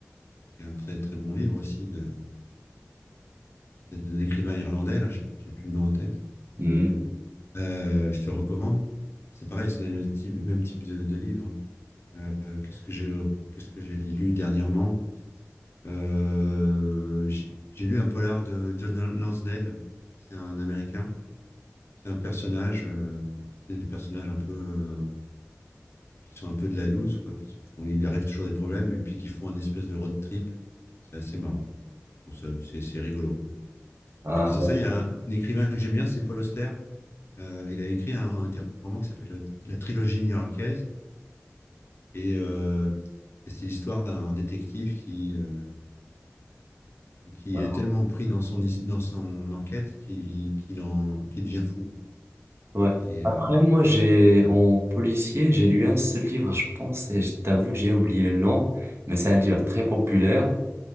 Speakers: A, on the left; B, on the right.
A: qui est un très très bon livre aussi de, de- d'un écrivain irlandais. Là, j'ai j'ai plus le nom en tête.
B: Mhm.
A: Euh, je te recommande. C'est pareil, c'est le même type- même type de, de livre. Euh, qu'est-ce que j'ai qu'est-ce que j'ai lu dernièrement? Euh, j'ai j'ai lu un polar de John Lansdale. C'est un Américain. C'est un personnage. euh, c'est des personnages un peu euh, qui sont un peu de la loose, quoi. Qui se font, il arrive toujours des problèmes et puis qui font un espèce de road trip. C'est assez marrant. Bon, ça, c'est c'est rigolo, quoi.
B: Ah,
A: Et puis sur
B: ouais,
A: ça, il y a un, un écrivain que j'aime bien, c'est Paul Auster. Euh, il a écrit un, un des romans qui s'appelle La trilogie new-yorkaise. Et, euh, et c'est l'histoire d'un détective qui, euh, qui
B: je-
A: est tellement pris dans son, his- dans son enquête qu'il qu'il en, qu'il devient fou, quoi.
B: ouais.
A: Et,
B: Après,
A: euh,
B: moi, j'ai en policier, j'ai lu un seul livre, je pense, et je t'avoue, j'ai oublié le nom, mais c'est un livre très populaire.